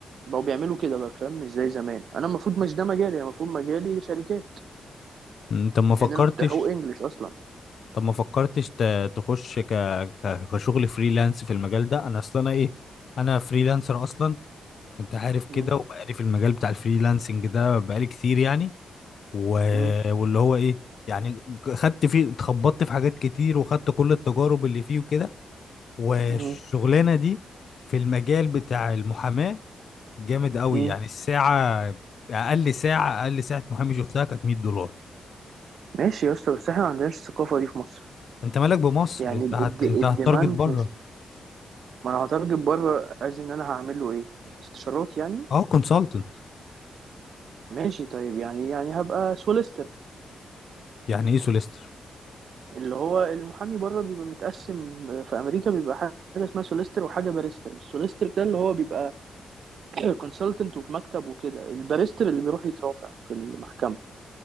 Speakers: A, on the right (about 65°); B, on the left (about 55°).
A: بقوا بيعملوا كده بقى فاهم مش زي زمان انا المفروض مش ده مجالي انا المفروض مجالي شركات
B: م، طب ما فكرتش
A: لان انا كنت حقوق انجلش اصلا
B: طب ما فكرتش ت- تخش ك... ك... كشغل فريلانس في المجال ده انا اصلا انا ايه انا فريلانسر اصلا وانت عارف كده
A: م-
B: وبقالي في المجال بتاع الفريلانسنج ده بقالي كتير يعني و...
A: م-
B: واللي هو ايه يعني خدت فيه اتخبطت في حاجات كتير وخدت كل التجارب اللي فيه وكده والشغلانة
A: م-
B: دي في المجال بتاع المحاماة جامد قوي
A: م.
B: يعني الساعة اقل ساعة اقل ساعة محامي شفتها كانت 100 دولار
A: ماشي يا اسطى بس احنا ما عندناش الثقافة دي في مصر
B: انت مالك بمصر
A: يعني
B: انت هت...
A: الد-
B: انت
A: الديماند
B: هتارجت بره
A: مش ما انا هترجم بره از ان انا هعمل له ايه استشارات يعني
B: اه كونسلتنت
A: ماشي طيب يعني يعني هبقى سوليستر
B: يعني ايه سوليستر
A: اللي هو المحامي بره بيبقى متقسم في امريكا بيبقى حاجه اسمها سوليستر وحاجه باريستر السوليستر ده اللي هو بيبقى <clears throat> كونسلتنت وفي مكتب وكده الباريستر اللي بيروح يترافع في المحكمه